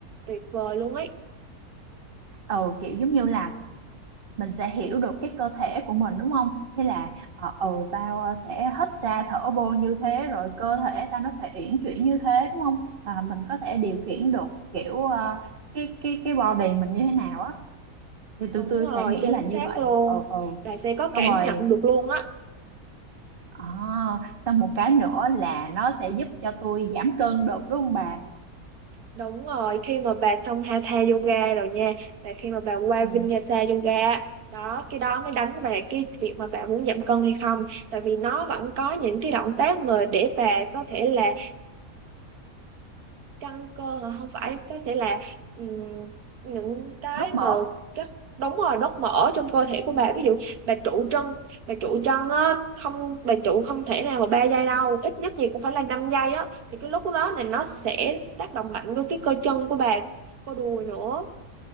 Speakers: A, on the right; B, on the right.
A: tuyệt vời luôn ấy
B: Ừ, kiểu giống như là mình sẽ hiểu được cái cơ thể của mình đúng không? Thế là ờ ừ, tao ờ, sẽ hít ra thở vô như thế rồi cơ thể tao nó sẽ uyển chuyển như thế đúng không? À, mình có thể điều khiển được kiểu ờ, cái cái cái body mình như thế nào á thì tụi
A: đúng
B: tôi
A: rồi
B: sẽ nghĩ
A: chính
B: là như
A: xác
B: vậy.
A: luôn
B: Ừ ừ.
A: là sẽ có
B: Xong
A: cảm
B: rồi
A: nhận được luôn á
B: ờ, xong một cái nữa là nó sẽ giúp cho tôi giảm cân được đúng không bà?
A: Đúng rồi, khi mà bà xong Hatha Yoga rồi nha, và khi mà bà qua
B: Ừ,
A: Vinyasa Yoga, đó, cái đó mới đánh về cái việc mà bà muốn giảm cân hay không. Tại vì nó vẫn có những cái động tác mà để bà có thể là căng cơ hả? không phải có thể là ừm, những cái
B: đốt mỡ.
A: mà các đúng rồi đốt mỡ trong cơ thể của bà ví dụ bà trụ chân bà trụ chân á không bà trụ không thể nào mà ba giây đâu ít nhất gì cũng phải là 5 giây á thì cái lúc đó là nó
B: Ừ.
A: sẽ tác động mạnh vô cái cơ chân của bà cơ đùi nữa